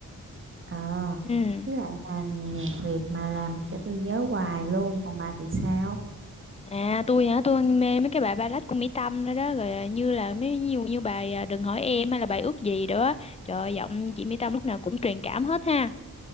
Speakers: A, on the right (about 35°); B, on the left (about 20°).
A: Ờ,
B: ừ
A: với lại là nhạc Việt mà làm cho tôi nhớ hoài luôn, còn bà thì sao?
B: à tôi hả tôi mê mấy cái bài ballad của Mỹ Tâm đó đó rồi à, như là mấy nhiều như bài à, Đừng hỏi em hay là bài ước gì đó trời ơi, giọng chị Mỹ Tâm lúc nào cũng truyền cảm hết ha